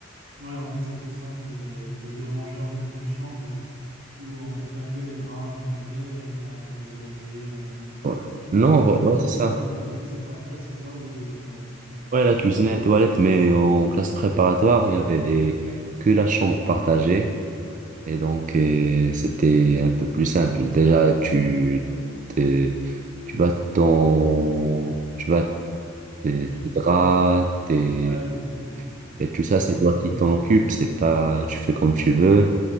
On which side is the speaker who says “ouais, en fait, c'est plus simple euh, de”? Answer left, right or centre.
Right